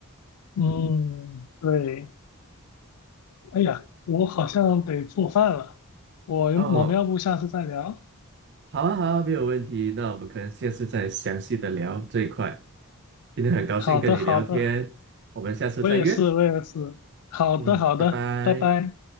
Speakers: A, on the left (about 90°); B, on the right (about 50°).
A: 嗯，对。哎呀，我好像得做饭了，我我们要不下次再聊？
B: 哦，好啊，好啊，没有问题。那我们可能下次再详细的聊这一块。今天很高兴跟你聊天，
A: 好的，好的，
B: 我们下次再约。
A: 我也是，我也是，好的，
B: 嗯，
A: 好的，
B: 拜拜。
A: 拜拜。